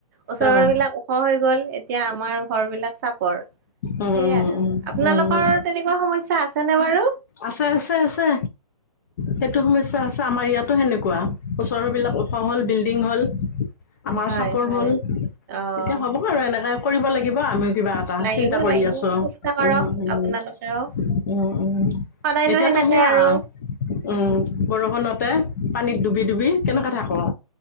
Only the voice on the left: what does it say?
অ',
উম,
উম, উম,
উম।
আছে-আছে-আছে। সেইটো সমস্যা আছে আমাৰ ইয়াতো সেনেকুৱা। ওচৰ বিলাক
ওখ হ'ল, বিল্ডিং হ'ল, আমাৰ
চাপৰ
হ'ল
এতিয়া হ'ব <unintelligible> বাৰু এনেকাই কৰিব লাগিব আমিও কিবা। টা
চিন্তা কৰি
আছোঁ
উম-উম-উম!
উম-উম।
এতিয়াতো
সেয়া
উম! বৰষুণতে পানীত ডুবি-ডুবি কেনেকে থাকোঁ।